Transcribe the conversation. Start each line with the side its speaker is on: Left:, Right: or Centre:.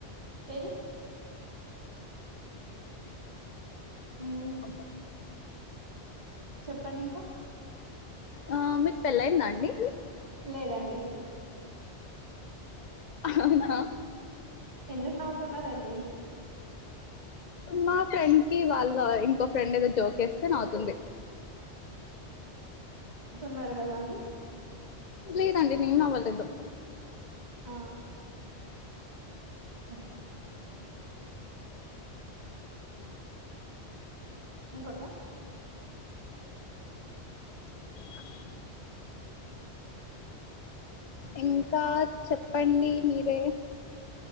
Right: ఏది ఉమ్
Left: అబ్బ
Right: చెప్పండి ఇంకా
Left: ఆ మీకు పెళ్లయిందా అండి
Right: లేదండి
Left: అవునా
Right: ఎందుకు నవ్వుతున్నారండి
Left: మా ఫ్రెండ్ కి వాళ్ళ ఇంకో ఫ్రెండ్ ఏదో జోక్ వేస్తే నవ్వుతుంది
Right: న్నారు కదా అని
Left: లేదండి నేను నవ్వలేదు
Right: ఆ <inaudible> ఇంకోట
Left: <inaudible> ఇంకా చెప్పండి మీరే